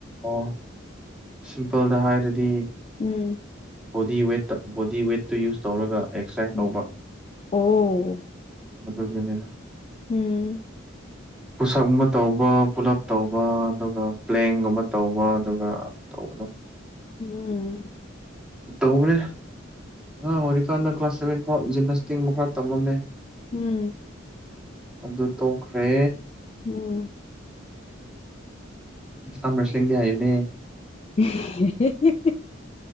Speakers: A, in the centre; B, on the left.
A: ꯑꯣ ꯁꯤꯝꯄꯜꯗ ꯍꯥꯏꯔꯗꯤ
B: ꯎꯝ
A: ꯕꯣꯗꯤ ꯋꯦꯠꯇ ꯕꯣꯗꯤ ꯋꯦꯠꯇꯨ ꯌꯨꯁ ꯇꯧꯔꯒ ꯑꯦꯛꯁꯔꯁꯥꯏꯁ
B: ꯎꯝ
A: ꯇꯧꯕ
B: ꯑꯣ
A: ꯃꯗꯨꯗꯨꯅꯤꯗ
B: ꯎꯝ
A: <inaudible> ꯄꯨꯁ ꯑꯞ ꯀꯨꯝꯕ ꯇꯧꯕ ꯄꯨꯂꯞ ꯇꯧꯕ ꯑꯗꯨꯒ ꯄ꯭ꯂꯦꯡꯒꯨꯝꯕ ꯇꯧꯕ ꯑꯗꯨꯒ ꯇꯧꯕꯗꯣ
B: ꯎꯝ
A: ꯇꯧꯒ꯭ꯔꯦ ꯑꯉꯥꯡ ꯑꯣꯏꯔꯤꯀꯥꯟꯗ ꯀ꯭ꯂꯥꯁ ꯁꯚꯦꯟ ꯐꯥꯎ ꯖꯤꯝꯅꯥꯁꯇꯤꯛ ꯃꯈꯥ ꯇꯝꯃꯝꯃꯦ
B: ꯎꯝ
A: ꯑꯗꯨ ꯇꯣꯛꯈ꯭ꯔꯦ
B: ꯎꯝ
A: ꯑꯃꯔꯁ꯭ꯂꯤꯡꯗꯤ ꯍꯩꯕꯅꯦ
B: ꯑꯍꯍꯍꯦ